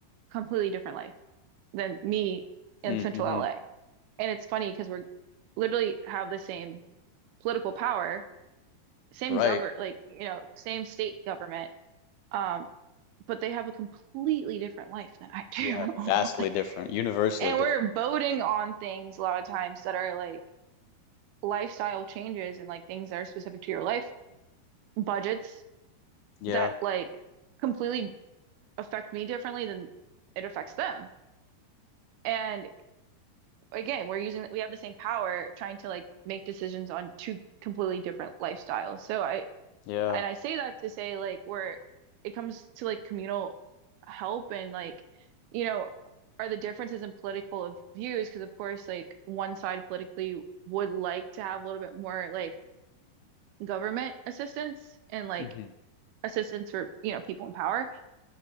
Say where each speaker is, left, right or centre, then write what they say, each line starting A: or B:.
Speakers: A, on the right (about 80°); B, on the left (about 80°).
A: completely different life than me in
B: Mm-hmm.
A: central LA. And it's funny because we're literally have the same political power, same
B: Right.
A: govern like, you know, same state government. Um, but they have a completely different life than I do.
B: Yeah.
A: <laughs>
B: Vastly
A: Like,
B: different, universally
A: and
B: different.
A: we're voting on things a lot of times that are like lifestyle changes and like things that are specific to your life, budgets
B: Yeah.
A: that like completely affect me differently than it affects them. And again, we're using we have the same power trying to like make decisions on two completely different lifestyles. So I
B: Yeah.
A: and I say that to say like where it comes to like communal help and like you know are the differences in political of views because of course like one side politically would like to have a little bit more like government assistance and like
B: hmm
A: assistance for you know people in power